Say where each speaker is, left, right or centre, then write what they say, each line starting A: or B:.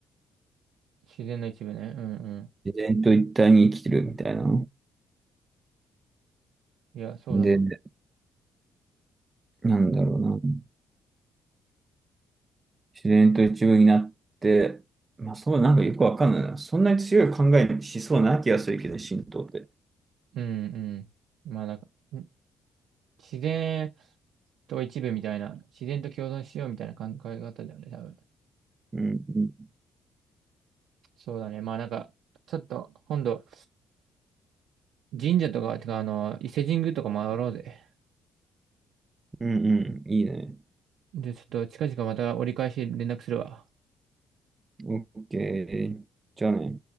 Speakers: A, on the right; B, on the right.
A: 自然の一部ね。うんう
B: 自然と一体に生きてるみたいな。
A: ん。いや、そうだと。
B: で、なんだろうな。自然と一部になって、まあそう、なんかよくわかんないな。そんなに強い考えにしそうな気がするけど、神道って。
A: うんうん。まあ、だからん自然と一部みたいな、自然と共存しようみたいな考え方だよね、多分。
B: うん、うん、
A: そうだね。まあなんか、ちょっと、今度、神社とか、てか、あの、伊勢神宮とか回ろうぜ。
B: うん、うんいいね。
A: で、ちょっと近々また折り返し連絡するわ。
B: オッケー。じゃあね。